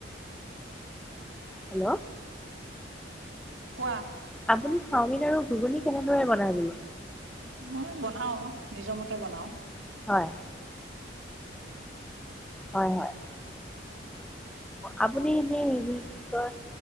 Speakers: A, in the centre; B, on the right (about 85°).
A: হেল্ল'।
B: কোৱা।
A: আপুনি চাওমিন আৰু ঘুগুনি কেনেদৰে বনাই
B: মই বনাও নিজৰ মতে বনাও।
A: হয়। হয়, হয়। আপুনি এনে হেৰি কি কয়